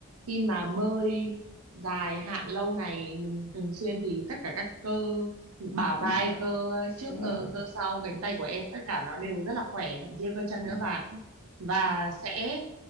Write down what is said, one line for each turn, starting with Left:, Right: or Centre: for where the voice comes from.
Right: khi mà bơi dài hạn lâu ngày mình thường xuyên thì tất cả các cơ bả
Left: đúng
Right: vai
Left: rồi
Right: cơ trước
Left: đúng rồi
Right: cơ cơ sau cánh tay của em tất cả nó đều rất là khỏe thậm chí là cơ chân
Left: ừ.
Right: nữa và và sẽ